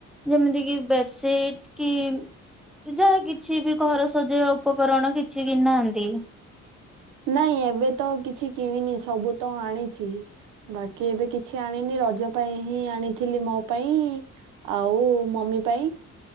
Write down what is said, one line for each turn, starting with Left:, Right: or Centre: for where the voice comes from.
Centre: ଯେମିତି କି ବେଡସି ଏ -ଟି -କି ଯାହା କିଛି ବି ଘର ସଜେଇବା ଉପକରଣ କିଛି କିଣିନାହାନ୍ତି?
Right: ନାଇଁ ଏବେ ତ କିଛି କିଣିନି ସବୁ ତ ଆଣିଛି। ବାକି ଏବେ କିଛି ଆଣିନି ରଜ ପାଇଁ ହିଁ ଆଣିଥିଲି ମୋ ପାଇଁ ଆଉ ମମି ପାଇଁ